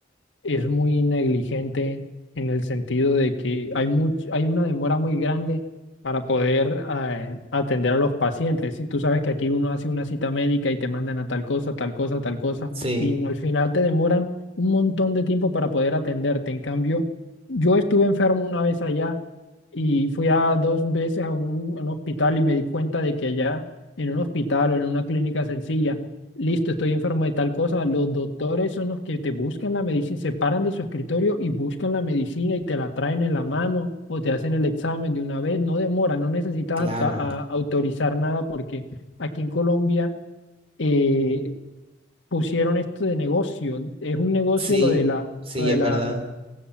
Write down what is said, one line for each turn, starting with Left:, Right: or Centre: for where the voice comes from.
Left: es muy negligente en el sentido de que hay much- hay una demora muy grande para poder eh, atender a los pacientes. Y tú sabes que aquí uno hace una cita médica y te mandan a tal cosa, tal cosa, tal cosa,
Right: Sí,
Left: y no, al final te demoran un montón de tiempo para poder atenderte. En cambio, yo estuve enfermo una vez allá y fui a dos veces a un, un hospital y me di cuenta de que allá en un hospital o en una clínica sencilla, listo, estoy enfermo de tal cosa. Los doctores son los que te buscan la medicina, se paran de su escritorio y buscan la medicina y te la traen en la mano o te hacen el examen de una vez. No demora, no necesitas
Right: claro.
Left: hasta- a- autorizar nada porque aquí en Colombia eh, pusieron esto de negocio. Es un negocio
Right: Sí,
Left: lo de la,
Right: sí,
Left: lo de
Right: es
Left: la
Right: verdad.